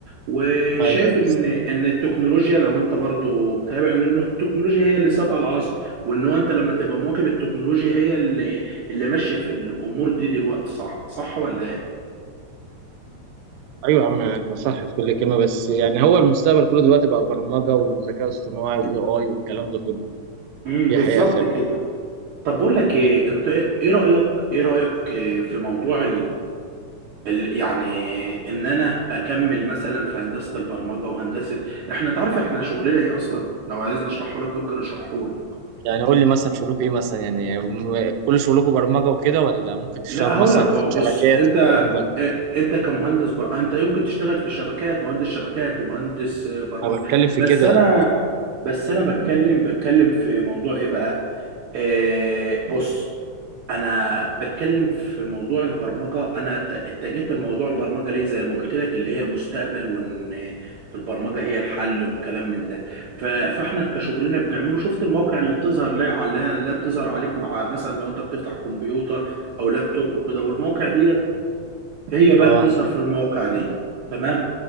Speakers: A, on the right; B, on the right.
A: وشايف
B: ايوه
A: ان
B: بس.
A: ان التكنولوجيا لو انت برضو متابع ان التكنولوجيا هي اللي سابقه العصر وان هو انت لما تبقى مواكب التكنولوجيا هي اللي اللي ماشيه في الامور دي دلوقتي صح صح ولا ايه؟
B: ايوه يا عم انت صح في كل كلمه بس يعني هو المستقبل كله دلوقتي بقى برمجه وذكاء اصطناعي واي اي والكلام ده كله
A: امم
B: دي
A: بالظبط
B: حقيقه فعلا
A: كده طب بقول لك ايه
B: يعني
A: انت ايه إيه رايك ايه رايك إيه في موضوع ال- يعني ان انا اكمل مثلا في هندسه البرمجه وهندسه احنا تعرف احنا شغلنا ايه اصلا لو عايزني اشرحه لك يمكن اشرحه لك
B: يعني قول لي مثلا شغلكم ايه مثلا يعني م- كل شغلكم برمجه وكده ولا ممكن تشتغلوا
A: لا هقول
B: مثلا
A: لك
B: في
A: أهو،
B: الشبكات
A: بص انت
B: والكلام ده
A: إيه، انت كمهندس بر... انت يمكن تشتغل في الشبكات مهندس شبكات ومهندس آه، برمجه
B: انا بتكلم في
A: بس
B: كده
A: انا
B: يعني
A: بس انا بتكلم بتكلم في موضوع ايه بقى إيه بص انا بتكلم في موضوع البرمجه انا ات- اتجهت لموضوع البرمجه ليه زي ما قلت لك اللي هي المستقبل وان البرمجه هي الحل والكلام من ده ف- فاحنا كشغلنا بنعمله شفت المواقع اللي بتظهر لا على لا بتظهر عليك مع مثلا لو انت بتفتح كمبيوتر او لابتوب وكده والمواقع ديت هي بقى
B: اه
A: بتظهر في المواقع دي تمام